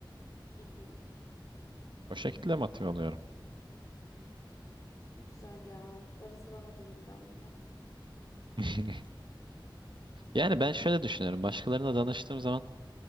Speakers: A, on the left; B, on the right.
A: hı hı.
B: O şekilde motive oluyorum.
A: Ne güzel ya. Darısı bana diyeyim ben buna.
B: <laughs> Yani ben şöyle düşünüyorum. Başkalarına danıştığım zaman